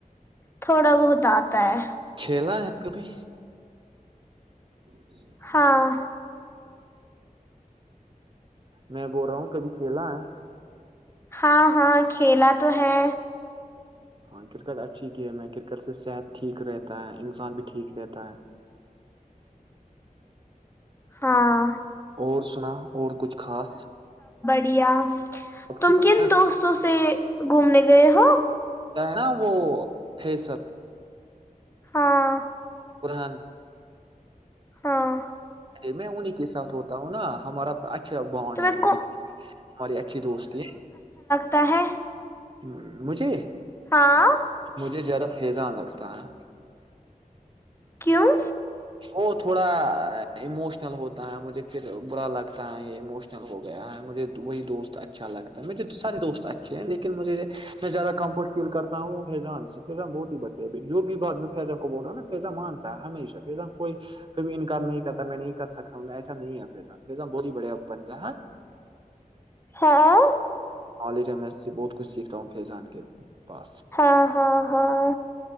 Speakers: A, on the left; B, on the right.
A: تھوڑا بہت آتا ہے
B: کھیلا کبھی ہ
A: ہاں
B: میں بول رہا ہوں کبھی کھیلا ہے
A: ہاں ہاں کھیلا تو ہے
B: ہاں کرکٹ اچھی گیم ہے کرکٹ سے صحت ٹھیک رہتا ہے انسان بھی ٹھیک رہتا ہے
A: ہاں
B: اور سنا اور کچھ خاص
A: دیاں
B: اب
A: تم
B: ٹھیک
A: کن
B: ہے نا
A: دوستوں سے گھومنے گئے ہو
B: نا وہ پس
A: ہاں
B: پوران
A: ہاں
B: میں انہیں کے سات ہوتا ہوں نا ہمارا اچھا بانڈ
A: تمہیں
B: ہے
A: کو
B: ہماری اچھی دوست
A: ت ہے
B: ہ مجھے
A: ہاں
B: مجھے زدا فضان لگتا ہے
A: کیوں
B: وہ تھوڑا اموشنل ہوتا ہے مجھے پھر برا لگتا ہے یہ اموشنل ہو گیا ہے مجھے وہی دوست اچھا لگتا ہے مجھے سارے دوست اچھے ہیں لیکن ن مجھے میں زیادہ کمفرٹ فیل کرتا ہوں فضان سے فان بہت ہی بڑھیا جو بھی بات میں فان کو بول رہا ہوں نا فیضان مانتا ہے ہمیشہ فیضان کوئی کبھی انکار نہیں کرتا میں نہیں کر سکتاوں ایسا نہیں ہے فضان فیضان بہت ہی بڑھیا بن ج ہے
A: ہاں
B: آلی رم بہت کچھ سیکھتا ہوں فیضان کے پاس
A: ہاں ہاں ہاں